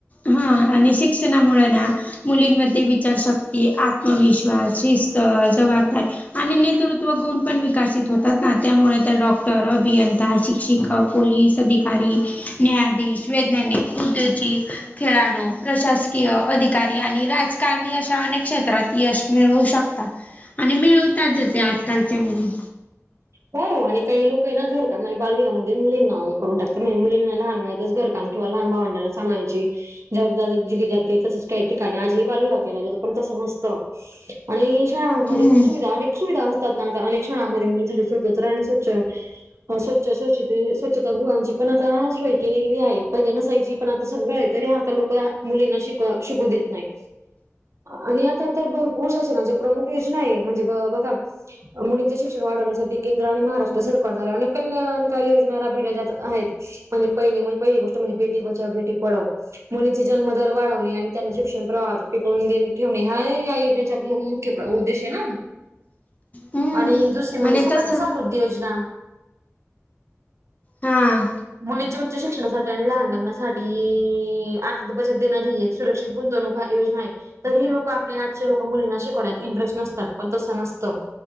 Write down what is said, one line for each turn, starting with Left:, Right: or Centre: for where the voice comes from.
Left: हा आणि शिक्षणामुळे ना मुलींमध्ये विचारशक्ती, आत्मविश्वास, शिस्त, जबाबदाऱ्या आणि नेतृत्वगुण पण विकासित होतात ना, त्यामुळे त्या डॉक्टर, अभियंता, शिक्षिक पोलीस अधिकारी, न्यायाधीश, वैज्ञानिक, उद्योजिक, खेळाडू, प्रशासकीय अधिकारी आणि राज काल मी अशा अनेक क्षेत्रात यश मिळवू शकता. आणि मिळवताच आजकालच्या मुली.
Right: हो, आणि काही लोक आहे ना घरकाम, बालविवाह मध्ये मुलींना हे करून टाकते. मुलींना लहान वयातच घर <unintelligible> किंवा लहान भावडांना सांभाळायची. जबाबदारी दिली जाते. तसेच काही ठिकाणी आजही बालविवाह केला जातो, पण तसं नसतं. आणि शाळांमध्ये
Left: हम्म
Right: पण सुविधा अनेक सुविधा असतात ना, आता अनेक शाळाांमध्ये मुलींसाठी <unintelligible> आणि स्वच्छ स्वच्छ स्वच्छ स्वच्छता गृहाची पण आता सोय केली गेली आहे. पहिले नसायची पण आ सगळं हाय तरी आता लोक मुलींना शिक शिकू देत नाहीत. आणि आता तर भरपूर शासनाचे प्रमुख योजना आहे म्हणजे बघा मुलींचे शिक्षण वाढवण्यासाठी केंद्र आणि महाराष्ट्र सरकार द्वारा अनेक कल्याणकारी योजना राबविल्या जात आहेत. म्हणजे पहिले पहिली गोष्ट म्हणजे बेटी बचाव बेटी पढाव. मुलींचे जन्मदर वाढवणे आणि त्यांना शिक्षण प्रवाह टिकून ठेवणे हा या योजनेच्या उद्देश हाय ना?
Left: हम्म
Right: आणि दुसरी म्हणजे
Left: आणि
Right: सुकन्या
Left: कसं
Right: समृद्धी योजना.
Left: हा
Right: मुलींच्या उच्च शिक्षणासाठी आणि लहान लग्नासाठी अर्थ बचत देणारी एक सुरक्षित गुंतवणूक हा योजना आहे. तरीही लोक आपले आजची लोक मुलींना शिकवण्यात इंटरेस्ट नसतात पण तसं नसतं.